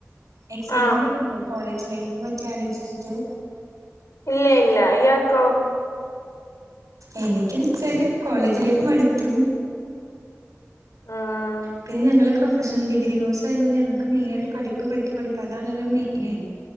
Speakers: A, on the right; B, on the left.
A: എക്സൈറ്റ്മെന്റ്
B: ആ
A: ഒക്കെ കോളേജ് ലൈഫ്'പറ്റി ആലോയ്ചിട്ട്.......
B: ഇല്ല്യ ഇല്ല്യ ഇയാക്കോ.....
A: എനിക്കെന്തുച്ചാല്... കോളേജ് ലൈഫ് മടുത്തു
B: ഉം.
A: പിന്നെ ഞങ്ങള്... പ്ര പ്രഷണൽ സിഗ്രി കോഴ്സായത് കൊണ്ട് ഞ്ഞങ്ങക്ക് മെയ്നായിട്ട് പഠിപ്പ് പഠിപ്പ് പഠിപ്പ് അതാണല്ലോ മെയ്ന്